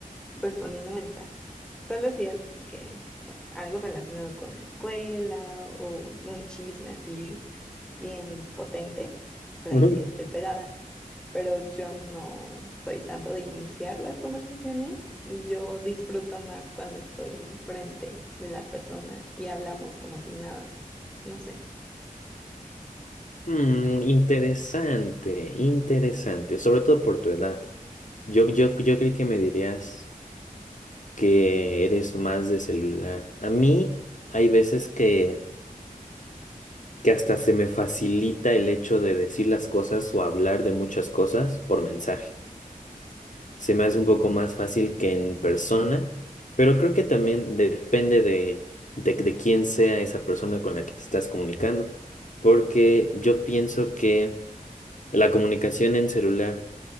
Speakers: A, in the centre; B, on the left.
A: respondiendo mensajes. Solo si es que con- algo relacionado con la escuela o un chisme así bien potente, pues
B: Ujú.
A: ahí sí estoy pegada pero yo no soy tanto de iniciar las conversaciones y yo disfruto más cuando estoy enfrente de la persona y hablamos como si nada. No sé.
B: Mm, interesante, interesante, sobre todo por tu edad. Yo, yo, yo creí que me dirías que eres más de celular. A mí hay veces que, que hasta se me facilita el hecho de decir las cosas o hablar de muchas cosas por mensaje. se me hace
A: Sí,
B: un poco más fácil que en persona, pero creo que también depende de, de, de quién sea esa persona con la que te estás comunicando, porque yo pienso que la comunicación en celular